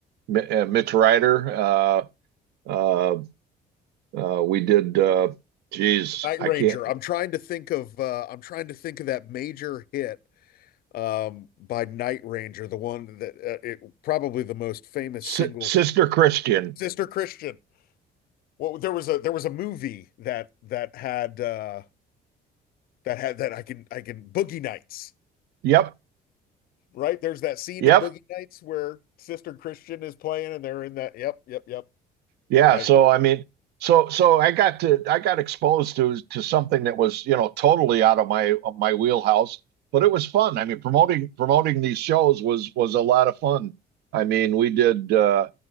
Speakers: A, on the right; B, on the left.
A: Mi- uh, Mitch Ryder. Uh, uh, uh, we did. Uh, geez,
B: Night
A: I
B: Ranger.
A: can't.
B: I'm trying to think of uh I'm trying to think of that major hit um by Night Ranger, the one that uh, it probably the most famous
A: Si
B: single
A: Sister Christian.
B: Sister Christian. Well, there was a there was a movie that that had uh that had that I can I can Boogie Nights,
A: Yep.
B: right? There's that scene
A: Yep.
B: in Boogie Nights where Sister Christian is playing and they're in that. Yep, yep, yep.
A: Yeah.
B: Night.
A: So I mean, so so I got to I got exposed to to something that was you know totally out of my of my wheelhouse, but it was fun. I mean, promoting promoting these shows was was a lot of fun. I mean, we did. Uh,